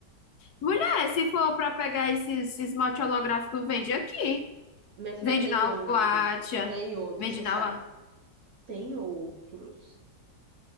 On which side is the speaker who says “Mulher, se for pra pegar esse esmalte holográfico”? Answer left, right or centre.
Left